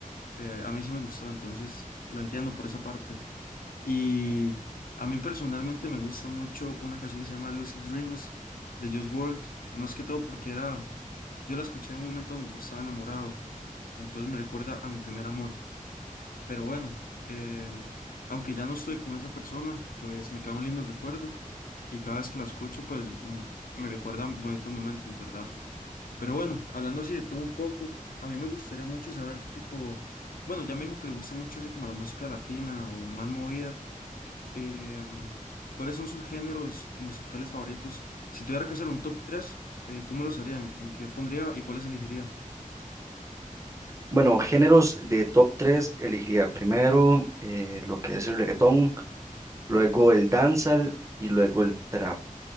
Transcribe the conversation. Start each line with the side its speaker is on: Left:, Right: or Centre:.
Left: eh, a mí sí me gustó, entonces lo entiendo por esa parte. Y a mí personalmente me gusta mucho una canción que se llama Lucid Dreams de Just World, más que todo porque era, yo la escuché en un momento donde yo estaba enamorado, entonces me recuerda a mi primer amor. Pero bueno, em, aunque ya no estoy con esa persona, pues me queda un lindo recuerdo y cada vez que la escucho, pues m- me recuerdan bonitos momentos, ¿verdad? Pero bueno, hablando así de todo un poco, a mí me gustaría mucho saber, tipo, bueno, ya me dijo que le gusta mucho así como la música latina o más movida. em, ¿cuáles son sus géneros musicales favoritos? Si tuviera que hacer un top 3, ¿cómo los haría? ¿En, en qué pondría y cuáles elegiría?
Right: Bueno, géneros de top 3 elegiría primero eh, lo que es el reggaetón, luego el dancehall y luego el trap.